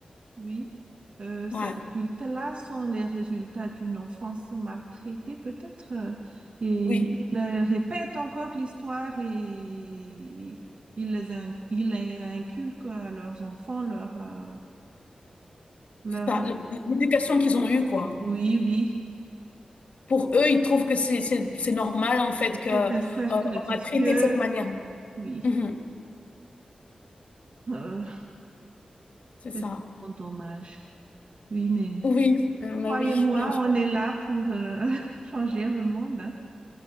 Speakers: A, on the right (about 55°); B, on the left (about 75°).
A: Oui. Euh,
B: Ouais,
A: ces adultes-là sont les résultats d'une enfance maltraitée, peut-être, euh, et
B: oui,
A: ils euh, répètent encore l'histoire et ils les in- ils les inculquent à leurs enfants leur, euh, leur...
B: c'est ça. Le- le- L'éducation qu'ils ont eue, quoi.
A: Oui, oui.
B: Pour eux, ils trouvent que c'est, c'est, c'est normal en fait que
A: C'est
B: euh,
A: un cercle
B: on
A: vicieux.
B: a traité de cette manière.
A: Oui.
B: Mhm,
A: Euh,
B: c'est ça.
A: c'est vraiment dommage. Oui, mais
B: Oui, euh, mais
A: toi
B: oui,
A: et moi,
B: bien sûr.
A: on est là pour euh, <laughs> changer le monde. hein.